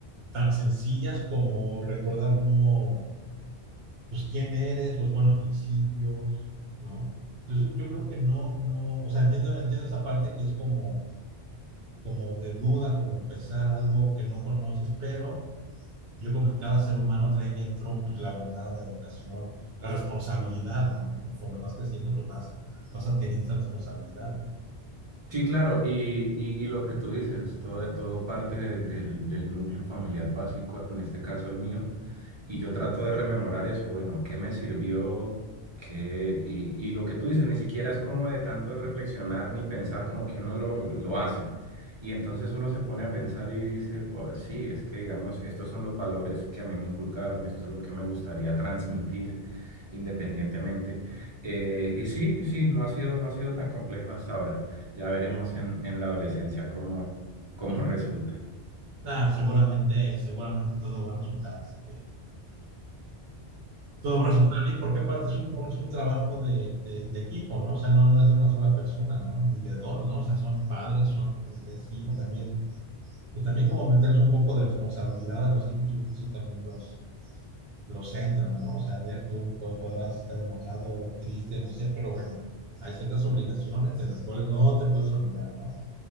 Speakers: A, on the right; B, on the right.
A: tan sencillas como recordar como, pues, quién eres, los buenos principios, ¿no? Entonces, yo creo que no, no, o sea, entiendo, entiendo esa parte que es como, como de duda, como empezar algo que no conoces, pero yo creo que cada ser humano trae dentro pues, la bondad, la educación, la responsabilidad, ¿no? Conforme vas creciendo, pues vas, vas adquiriendo esa responsabilidad, ¿no?
B: Sí, claro, y, y, y lo que tú dices, todo, todo parte de- del, del núcleo familiar básico, en este caso el mío Y yo trato de rememorar eso, bueno, ¿qué me sirvió? ¿Qué? Y, y lo que tú dices, ni siquiera es como de tanto de reflexionar ni pensar como que uno lo, lo hace. Y entonces uno se pone a pensar y dice, "Oh, sí, es que digamos, estos son los valores que a mí me inculcaron, esto es lo que me gustaría transmitir independientemente. Eh, y sí, sí, no ha sido, no ha sido tan complejo hasta ahora. Ya veremos en, en la adolescencia cómo, cómo <laughs> resulta.
A: Nada, seguramente, seguramente todo va a resultar, este, todo va a resultar bien, porque aparte es un, un- es un trabajo de, de, de equipo, ¿no? O sea, no, no es de una sola persona, ¿no? Ni de dos, ¿no? O sea, son padres, son es hijo también. Pues también como meterles un poco de responsabilidad a los hijos, yo creo que eso también los, lo centran, ¿no? O sea, a ver, tú po- podrás estar enojado, triste, no sé, pero bueno, hay ciertas obligaciones de las cuales no te puedes olvidar, ¿no?